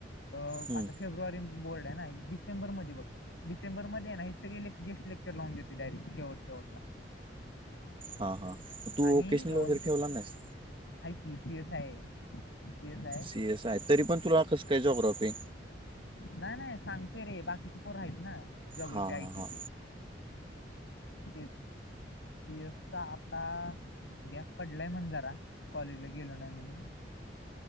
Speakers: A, on the left (about 80°); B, on the right (about 30°).
A: अ
B: हम्म
A: आता फेब्रुवारी बोर्ड आहे ना एक डिसेंबर मध्ये बघ. डिसेंबरमध्ये आहे ना हे सगळे ले गेस्ट लेक्चर लावून देत डायरेक् शेट शेवटला.
B: हा हा मग तू
A: आणि
B: वोकेशनल
A: अम,
B: वगैरे ठेवला नाहीस?
A: हाय की सी एस हाय, सी एस हाय.
B: सी एस आहे तरी पण तुला कस काय जोग्राफी.
A: नाही नाही सांगतोय रे बाकीचे पोर आहेत ना. जॉग्रफी
B: हा
A: आयटीची
B: हा हा.
A: तेच. सी एसचा आता. गॅप पडलाय म्हण जरा कॉलेजला गेलो नाही म्हणून.